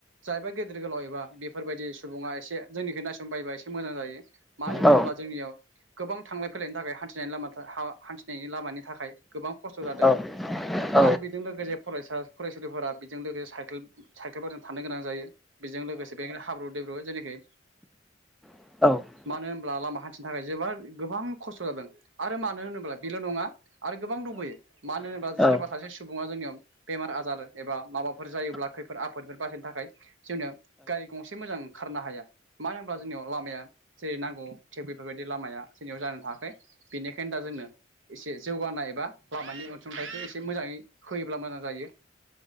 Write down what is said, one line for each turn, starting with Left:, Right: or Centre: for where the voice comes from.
Right: जायबा गेदेर गोलाव एबा बेफोरबायदि सुबुङा एसे जोंनिखि नायसननो बायोबा एसे मोजां जायो। मानो होनोब्ला
Centre: औ
Right: जोंनियाव गोबां थांलाय फैलायनि थाखाय हान्थिनायनिलामा हा-हान्थिनायनि लामानि थाखाय गोबां खस्थ' जादों
Centre: औ औ
Right: आरो बेजों लोगोसे फरायसा फरायसुलिफोरा बेजों लोगोसे साइेल साइकेलफोरजों थानो गोनां जायो बेजों लोगोसे हाब्रु दैब्रु जेखि
Centre: औ
Right: मानो होनोब्ला लामा हान्थिनो थाखाय जोबोर गोबां खस्थ' जादों आरो मानो होनोब्ला बेल' नङा आरो गोबां दंबोयो मानो होनोब्ला
Centre: औ
Right: सोरबा
Centre: औ
Right: सासे सुबुङा जोंनियाव बेमार आजार एबा माबाफोर जायोब्ला
Centre: औ
Right: खैफोद आफोदफोर बासायनो थाखाय जोंनो गारि गंसे मोजां ओंखारनो हाया मानो होनब्ला जोंनियाव लामाया जेरै नांगौ थिक बेफोरबायदि लामाया जोंनियाव जानो थाङाखै बेनिखायनो दा जोंनो एसे जौगानाय एबा लामानि अनसुंथाइखौ एसे मोजाङै होयोब्ला मोजां जायो।